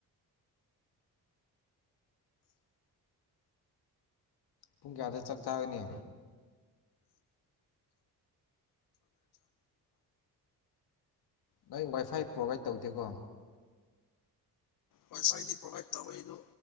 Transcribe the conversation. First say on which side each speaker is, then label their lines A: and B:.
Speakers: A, on the left; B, on the left.
A: ꯄꯨꯡ ꯀꯌꯥꯗ ꯆꯥꯛ ꯆꯥꯕꯅꯤ ꯅꯣꯏ ꯋꯥꯏꯐꯥꯏ ꯄ꯭ꯔꯣꯚꯏꯠ ꯇꯧꯗꯦꯀꯣ
B: ꯋꯥꯏ ꯐꯥꯏꯗꯤ ꯄ꯭ꯔꯣꯚꯥꯏꯗ ꯇꯧꯋꯦ ꯑꯗꯣ